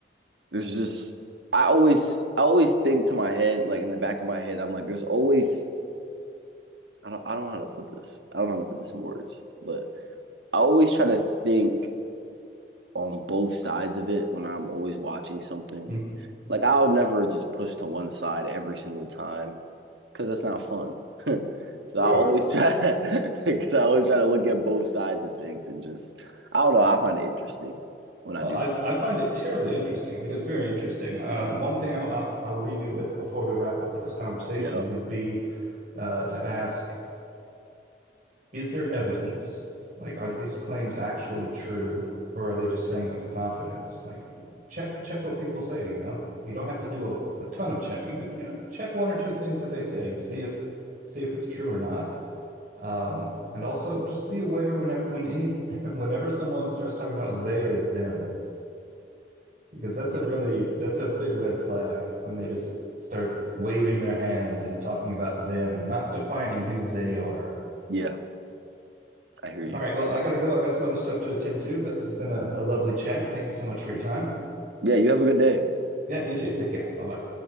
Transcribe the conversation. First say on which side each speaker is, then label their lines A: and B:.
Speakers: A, on the right; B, on the right.
A: there's just I always I always think to my head, like in the back of my head, I'm like, there's always I don't I don't know how to put this. I don't know how to put this in words, but I always try to think on both sides of it when I'm always watching something.
B: Mhm.
A: Like I'll never just push to one side every single time because that's not fun. <laughs> So
B: Sure.
A: I always try <laughs> because I always try to look at both sides of things and just I don't know, I find it interesting when I
B: Oh,
A: do
B: I,
A: something.
B: I find it terribly interesting. It is very interesting. Um, one thing I, I, I'll leave you with before we wrap up this conversation
A: Yep.
B: would be uh, to ask, is there evidence? Like, are these claims actually true, or are they just saying it with confidence? Like, check check what people say, you know. You don't have to do a, a ton of checking, but you know, check one or two things that they say and see if see if it's true or not. Um, and also just be aware whenever when any <laughs> whenever someone starts talking about they or them, because that's
A: Yeah.
B: a really that's a big red flag when they just start waving their hand and talking about them and not defining who they are.
A: Yeah, I hear you.
B: All right, well, I gotta go. I got some other stuff to attend to, but this has been a, a lovely chat. Thank you so much for your time.
A: Yeah, you have a good day.
B: Yeah, you too. Take care. Bye bye.